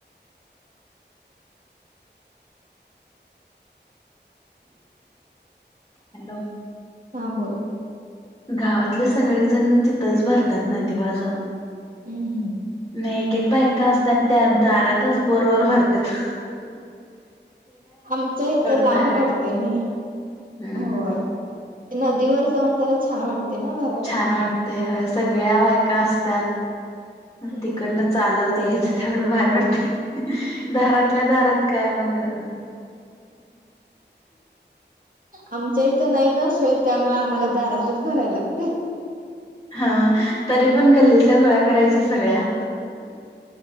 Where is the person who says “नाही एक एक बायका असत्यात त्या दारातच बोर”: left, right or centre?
Left